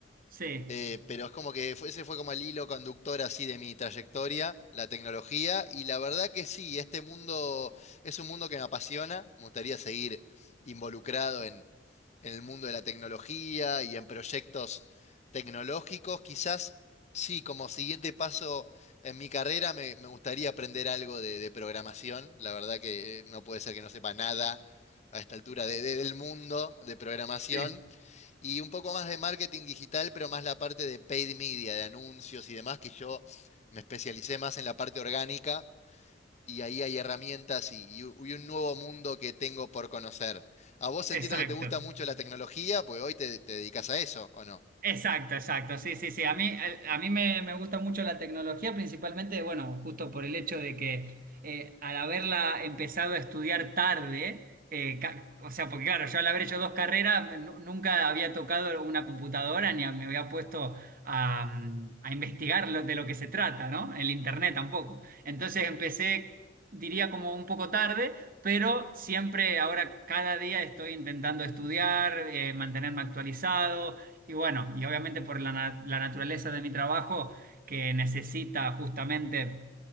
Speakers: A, on the right; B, on the left.
A: Sí,
B: Eh, pero es como que fue- ese fue como el hilo conductor así de mi trayectoria, la tecnología, y la verdad que sí, este mundo es un mundo que me apasiona, me gustaría seguir involucrado en, en el mundo de la tecnología y en proyectos tecnológicos. Quizás sí, como siguiente paso en mi carrera me, me gustaría aprender algo de, de programación, la verdad que eh, no puede ser que no sepa nada a esta altura de- de- del mundo de programación.
A: sí,
B: Y un poco más de marketing digital, pero más la parte de paid media, de anuncios y demás, que yo me especialicé más en la parte orgánica y ahí hay herramientas y, y u- y un nuevo mundo que tengo por conocer. A vos
A: exacto.
B: entiendo que te gusta mucho la tecnología, pues hoy te, te dedicas a eso, ¿o no?
A: Exacto, exacto. Sí, sí, sí. A mí, eh, a mí me, me gusta mucho la tecnología, principalmente, bueno, justo por el hecho de que eh, al haberla empezado a estudiar tarde, eh, ca- o sea, porque claro, yo al haber hecho dos carreras, nu- nunca había tocado una computadora ni a- me había puesto a, mm, a investigar lo- de lo que se trata, ¿no? El internet tampoco. Entonces empecé, diría como un poco tarde, pero siempre ahora cada día estoy intentando estudiar, eh, mantenerme actualizado y bueno, y obviamente por la, na- la naturaleza de mi trabajo, que necesita justamente